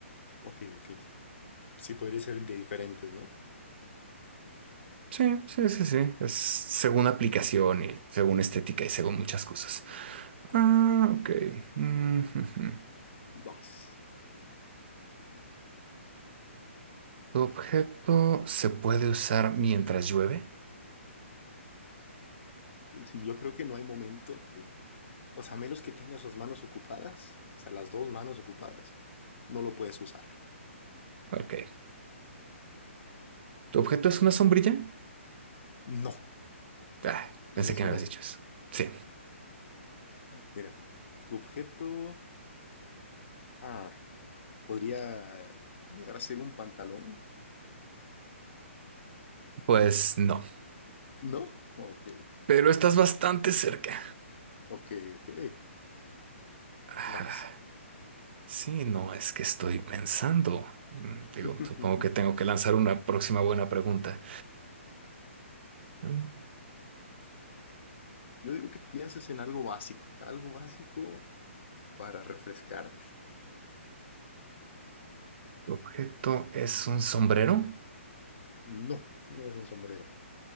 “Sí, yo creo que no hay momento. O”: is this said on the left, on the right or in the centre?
Left